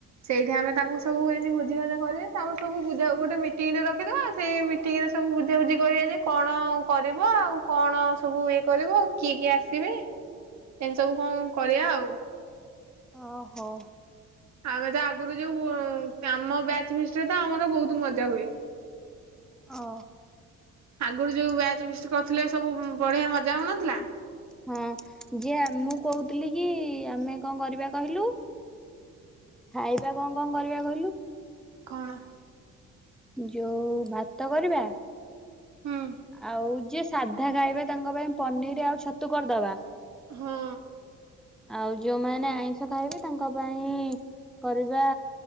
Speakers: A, on the right (about 65°); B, in the centre.
A: ସେଇଠି ଆମେ ତାଙ୍କୁ ସବୁ ଏନି ଭୁଜି ଭାତ କରିବେ। ତ ଆମ ସବୁ ବୁଝା ଗୋଟେ ମିଟିଙ୍ଗରେ ରଖିଦବା ସେଇ ତାପରେ ସବୁ ବୁଝାଉ, ଗୋଟେ ମିଟିଙ୍ଗ ଟେ ରଖିଦବା, ସେଇ ମିଟିଙ୍ଗ ରେ ସବୁ ବୁଝାବୁଝି କରିବା ଯେ କଣ କରିବ? ଆଉ କଣ ସବୁ ଇଏ କରିବ? କିଏ କିଏ ଆସିବେ? ଏମିତି ସବୁ କଣ କରିବା ଆଉ।
B: ଓହୋ।
A: ଆମେ ତ ଆଗରୁ ଯୋଉ ଅଁ, ଆମ ବ୍ୟାଚ ଫିଷ୍ଟ ରେ ତ ଆମର ବହୁତ ମଜା ହୁଏ।
B: ଓ।
A: ଆଗରୁ ଯୋଉ ବ୍ୟାଚ୍ ଫିଷ୍ଟ କରିଥୁଲେ ସବୁ ବଢିଆ ମଜା ହଉନଥିଲା।
B: ହଁ ଯିଏ ମୁଁ କହୁଥିଲି କି ଆମେ କଣ କରିବା କହିଲୁ ଖାଇବା କଣ କଣ କରିବା କହିଲୁ?
A: କଣ?
B: ଯୋଉ ଭାତ କରିବା।
A: ହୁଁ
B: ଆଉ ଯେ ସାଧା ଖାଇବେ ତାଙ୍କ ପାଇଁ ପନିର୍ ଆଉ ଛତୁ କରିଦବା।
A: ହଁ।
B: ଆଉ ଯୋଉମାନେ ଆଇଁଷ ଖାଇବେ ତାଙ୍କ ପାଇଁ କରିବା